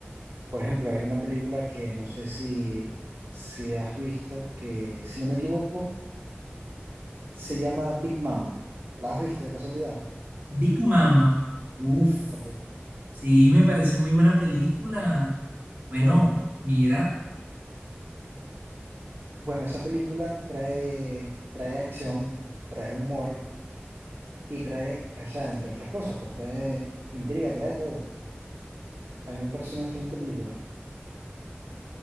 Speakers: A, on the right; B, on the right.
A: Por ejemplo, hay una película que no sé si, si has visto, que si no me equivoco, se llama Big Mama. ¿La has visto de casualidad?
B: Big Mama, uff,
A: Correcto.
B: sí, me parece muy buena película. Bueno,
A: Bueno,
B: mira.
A: bueno, esa película trae, trae acción, trae humor y trae, o sea, entre otras cosas, pues trae intriga, trae todo. A mí me parece una excelente película.